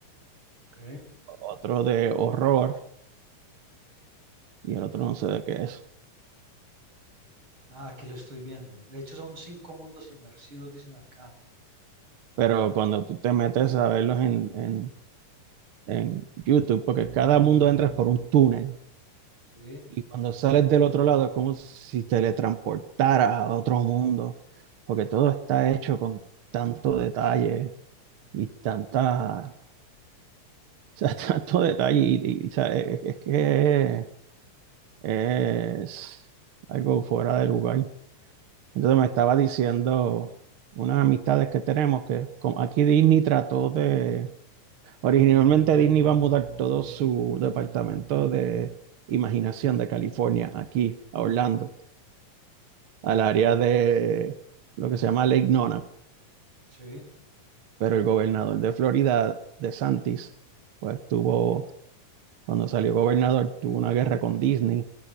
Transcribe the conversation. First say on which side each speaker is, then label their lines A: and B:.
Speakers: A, on the right (about 35°); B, on the right (about 60°).
A: Ok.
B: otro de horror y el otro no sé de qué es.
A: Ah, aquí lo estoy viendo. De hecho, son cinco mundos inmersivos, dicen acá.
B: Pero cuando tú te metes a verlos en, en, en YouTube, porque cada mundo entras por un túnel
A: Sí,
B: Y cuando sales del otro lado es como si te teletransportaras a otro mundo, porque todo está hecho con tanto detalle y tanta, o sea, <laughs> tanto detalle y, y, y, o sea, es, es que es algo fuera de lugar. Entonces me estaba diciendo unas amistades que tenemos que como aquí Disney trató de Originalmente Disney iba a mudar todo su departamento de imaginación de California aquí a Orlando, al área de lo que se llama Lake Nona,
A: sí.
B: pero el gobernador de Florida, DeSantis, pues tuvo, cuando salió gobernador, tuvo una guerra con Disney